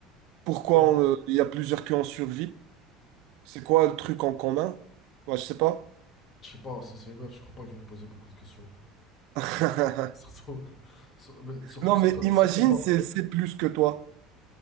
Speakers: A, on the right (about 70°); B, on the left (about 40°).
A: pourquoi
B: Ouais.
A: on, euh, il y a plusieurs qui ont survécu, c'est quoi le truc en commun? Bah, je sais pas.
B: Je sais pas, si c'est une meuf, je crois pas que je vais me poser beaucoup de questions.
A: <laughs>
B: Surtout, <laughs> sur- mais surtout
A: Non,
B: que ce
A: mais
B: sera six
A: imagine,
B: mois.
A: c'est c'est plus que toi.